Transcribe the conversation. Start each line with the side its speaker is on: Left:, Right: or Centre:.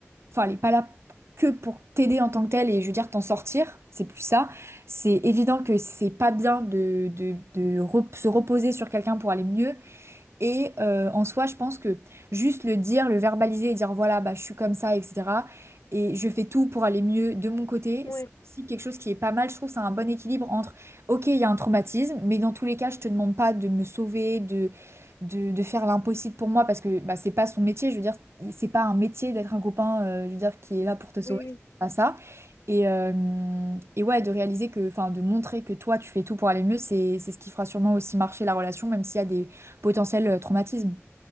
Right: enfin, elle n'est pas là que pour t'aider en tant que telle et je veux dire t'en sortir, c'est plus ça. C'est évident que c'est pas bien de, de, de re- se reposer sur quelqu'un pour aller mieux. Et euh, en soi, je pense que juste le dire, le verbaliser et dire voilà, bah, je suis comme ça, etc. Et je fais tout pour aller mieux de mon côté.
Left: Ouais,
Right: C'est aussi quelque chose qui est pas mal. Je trouve que c'est un bon équilibre entre, ok, il y a un traumatisme, mais dans tous les cas, je te demande pas de me sauver, de, de, de faire l'impossible pour moi parce que bah, c'est pas son métier. Je veux dire, c'est pas un métier d'être un copain, euh, je veux dire, qui est là pour te sauver.
Left: oui, oui.
Right: C'est Pas ça. Et, euh, et ouais, de réaliser que, enfin, de montrer que toi, tu fais tout pour aller mieux, c'est, c'est ce qui fera sûrement aussi marcher la relation, même s'il y a des potentiels euh, traumatismes.